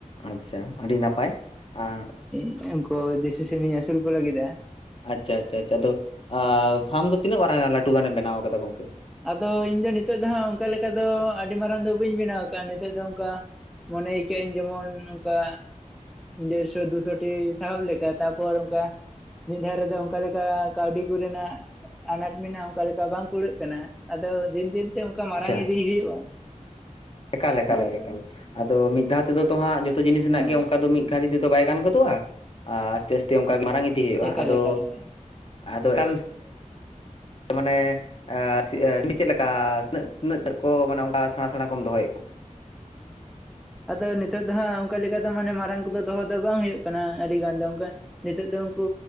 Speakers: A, on the left; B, in the centre.
A: ᱟᱪᱪᱷᱟ ᱟᱹᱰᱤ ᱱᱟᱯᱟᱭ ᱟᱸ
B: <inaudible> ᱠᱚ ᱫᱮᱥᱤ ᱥᱤᱢᱤᱧ ᱟᱹᱥᱩᱞ ᱠᱚ ᱞᱟᱹᱜᱤᱫᱟ᱾
A: ᱟᱪᱪᱷᱟ ᱟᱪᱪᱷᱟ ᱟᱪᱪᱷᱟ, ᱟᱫᱚ ᱯᱷᱟᱨᱟᱢ ᱫᱚ ᱛᱤᱱᱟᱹᱜ ᱢᱟᱨᱟᱝ ᱞᱟᱹᱴᱩ ᱜᱟᱱᱮᱢ ᱵᱮᱱᱟᱣ ᱟᱠᱟᱫᱟ ᱜᱚᱢᱠᱮ?
B: ᱟᱫᱚ ᱤᱧ ᱫᱚ ᱱᱤᱛᱚᱜ ᱫᱚ ᱦᱟᱸᱜ ᱚᱝᱠᱟ ᱞᱮᱠᱟ ᱫᱚ ᱟᱹᱰᱤ ᱢᱟᱨᱟᱝ ᱫᱚ ᱵᱟᱹᱧ ᱵᱮᱱᱟᱣ ᱟᱠᱟᱫᱼᱟ, ᱱᱤᱛᱚᱜ ᱫᱚ ᱚᱝᱠᱟ ᱢᱚᱱᱮᱭ ᱠᱟᱹᱧ ᱡᱮᱢᱚᱱ ᱱᱚᱝᱠᱟ ᱰᱮᱲᱥᱚ ᱫᱩᱥᱚ ᱴᱤ ᱥᱟᱦᱮᱵ ᱞᱮᱠᱟ, ᱛᱟᱨᱯᱚᱨ ᱚᱝᱠᱟ ᱢᱤᱫ ᱫᱷᱟᱣ ᱨᱮ ᱫᱚ ᱚᱝᱠᱟ ᱞᱮᱠᱟ ᱠᱟᱹᱣᱰᱤ ᱠᱚᱨᱮᱱᱟᱜ ᱟᱱᱟᱴ ᱢᱮᱱᱟᱜᱼᱟ᱾ ᱚᱝᱠᱟ ᱞᱮᱠᱟ ᱵᱟᱝ ᱠᱩᱲᱟᱹᱜ ᱟᱫᱚ ᱫᱤᱱ ᱫᱤᱱ ᱛᱮ ᱚᱝᱠᱟ ᱢᱟᱨᱟᱝ
A: ᱟᱪᱪᱷᱟ
B: ᱤᱫᱤᱭ ᱦᱩᱭᱩᱜᱼ,
A: ᱮᱠᱟᱞ ᱮᱠᱟᱞ
B: ᱦᱳᱭ
A: ᱮᱠᱟᱞ
B: ᱦᱳᱭ
A: ᱟᱫᱚ ᱢᱤᱫ ᱫᱷᱟᱣ ᱛᱮ ᱫᱚ ᱛᱚ ᱦᱟᱸᱜ ᱡᱚᱛᱚ ᱡᱤᱱᱤᱥ ᱨᱮᱱᱟᱜ
B: ᱦᱚᱸ
A: ᱜᱮ ᱚᱝᱠᱟ ᱫᱚ ᱢᱤᱫ ᱢᱤᱫ ᱜᱷᱟᱹᱲᱤ ᱛᱮ ᱫᱚ ᱵᱟᱭ ᱜᱟᱱ ᱜᱚᱫᱚᱜᱼᱟ ᱟᱨ ᱟᱥᱛᱮ ᱟᱥᱛᱮ ᱚᱝᱠᱟ ᱜᱮ ᱢᱟᱨᱟᱝ ᱤᱫᱤᱭ ᱦᱩᱭᱩᱜᱼᱟ,
B: ᱮᱠᱟᱞ
A: ᱟᱫᱚ
B: ᱮᱠᱟᱞ ᱦᱳᱭ
A: ᱟᱫᱚ <inaudible> ᱢᱟᱱᱮ ᱥᱟᱹᱰᱤ ᱪᱮᱫ ᱞᱮᱠᱟ ᱛᱤᱱᱟᱹᱜ ᱛᱤᱱᱟᱹᱜ ᱠᱚ ᱢᱟᱱᱮ ᱚᱝᱠᱟ ᱥᱮᱬᱟ ᱥᱮᱬᱟ ᱠᱚᱢ ᱫᱚᱦᱚᱭᱮᱫ ᱠᱚᱣᱟ?
B: ᱟᱫᱚ ᱱᱤᱛᱳᱜ ᱫᱚ ᱦᱟᱸᱜ ᱚᱝᱠᱟ ᱞᱮᱠᱟ ᱫᱚ ᱢᱟᱱᱮ ᱢᱟᱨᱟᱝ ᱠᱚᱫᱚ ᱫᱚᱦᱚ ᱫᱚ ᱵᱟᱝ ᱦᱩᱭᱩᱜ ᱠᱟᱱᱟ ᱟᱹᱰᱤ ᱜᱟᱱ ᱫᱚ ᱚᱱᱠᱟ᱾ ᱱᱤᱛᱚᱜ ᱫᱚ ᱩᱱᱠᱩ